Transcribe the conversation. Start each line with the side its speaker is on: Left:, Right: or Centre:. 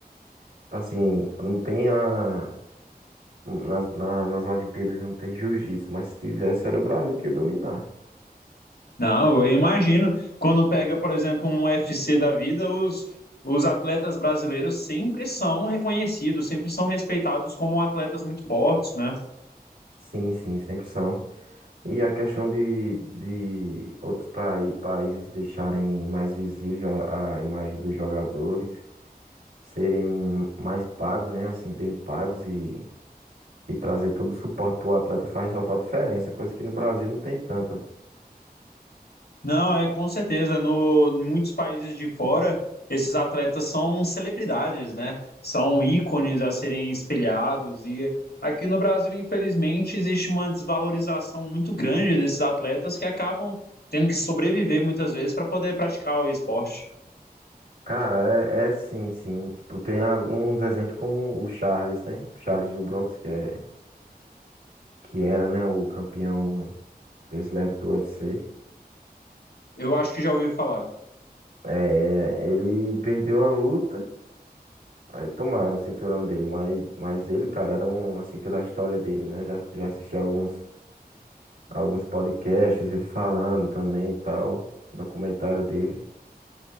Right: Tipo assim, não tem a. Nas, na- nas Olimpíadas não tem jiu-jitsu, mas se tivesse era o Brasil que ia dominar.
Left: Não, eu imagino. Quando pega, por exemplo, um UFC da vida, os, os atletas brasileiros sempre são reconhecidos, sempre são respeitados como atletas muito fortes, né?
Right: Sim, sim, sempre são. E a questão de, de outros prai- países deixarem mais visível a, a imagem dos jogadores, serem mais pagos, né? Assim, bem pagos e, e trazer todo o suporte pro atleta faz total diferença, coisa que no Brasil não tem tanto.
Left: Não, é com certeza. No, em muitos países de fora, esses atletas são celebridades, né? São ícones a serem espelhados. E aqui no Brasil, infelizmente, existe uma desvalorização muito grande desses atletas que acabam tendo que sobreviver muitas vezes para poder praticar o esporte.
Right: Cara, é, é sim, sim. Tipo, tem alguns exemplos como o Charles, né? O Charles do Bronx, que é. que era, né, o campeão peso leve do UFC.
Left: Eu acho que já ouvi falar.
Right: É, ele perdeu a luta, aí tomaram o cinturão dele, mas, mas ele, cara, era um, assim, pela história dele, né? Já, já assisti alguns, alguns podcasts, ele falando também e tal, documentário dele.